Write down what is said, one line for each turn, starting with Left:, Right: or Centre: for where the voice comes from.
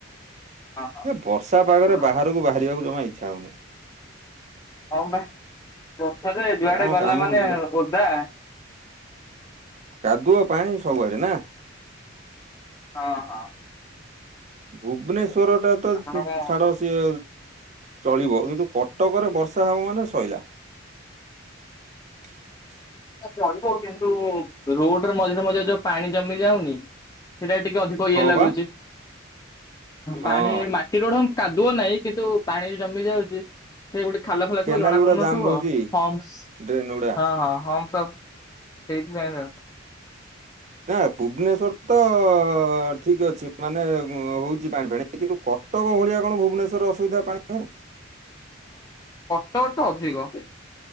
Left: ହଁ
Right: ବର୍ଷା ପାଗରେ
Left: ହଁ।
Right: ବାହାରକୁ ବାହାରିବାକୁ ଜମା ଇଚ୍ଛା ହଉନି
Left: ହଁ ଭ ବର୍ଷରେ ଯୁଆଡେ
Right: କଣ
Left: ଗଲା
Right: କାମକୁ
Left: ମାନେ
Right: ଯିବା।
Left: ଓଦା।
Right: କାଦୁଅ ପାଣି ସବୁଆଡେ ନା?
Left: ହଁ ହଁ।
Right: ଭୁବନେଶ୍ଵର ଟା ତ
Left: ଆପଣ କଣ
Right: ଛାଡ ସିଏ ଚଳିବ କିନ୍ତୁ କଟକରେ ବର୍ଷା ହବ ମାନେ ଶଇଲା। <inaudible>
Left: ଚଳିବ କିନ୍ତୁ ରୋଡରେ ମଝିରେ ମଝିରେ ଯୋଉ ପାଣି ଜମି ଯାଉନି ସେଟା ଟିକେ ଅଧିକ ଇଏ
Right: ହଁ
Left: ଲାଗୁଛି
Right: ବା ହଁ
Left: ପାଣି ମାଟି ଗୋଢ କାଦୁଅ ନାହିଁ କିନ୍ତୁ ପାଣି ଜମି ଯାଉଛି। ସେ ଗୋଟେ ଖାଲ ଫାଲା ଥିବ
Right: କେନାଲ
Left: ଜଣା
Right: ଗୁଡା
Left: ପଡୁନଥିବ
Right: ଜାମ୍ ରହୁଛି
Left: ହମ୍ସ
Right: ଡ୍ରେନ ଗୁଡା
Left: ହଁ ହଁ। ହମ୍ସ ସେଇଥିପାଇଁ ତ
Right: ନା ଭୁବନେଶ୍ଵର ତ ଠିକ୍ ଅଛି ମାନେ ହଉଛି ପାଣି ଫାଣି କିନ୍ତୁ କଟକ ଭଳିଆ କଣ ଭୁବନେଶ୍ୱରରେ ଅସୁବିଧା ପାଣି
Left: ଟକଠୁ ଅଧିକ।